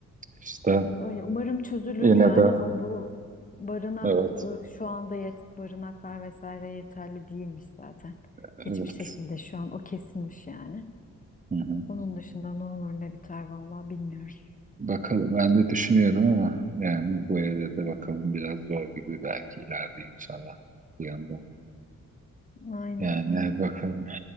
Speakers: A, on the right (about 25°); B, on the left (about 25°).
A: işte
B: Öyle, umarım çözülür
A: yine
B: yani
A: de
B: ama bu barınak
A: evet,
B: e, şu anda yet barınaklar vesaire yeterli değilmiş zaten.
A: evet.
B: Hiçbir şekilde şu an o kesilmiş yani.
A: Hı hı.
B: Onun dışında ne olur ne biter vallahi bilmiyoruz.
A: Bakalım ben de düşünüyorum ama yani bu evde de bakalım biraz zor gibi belki ileride inşallah bir yandan.
B: Aynen.
A: Yani bakalım.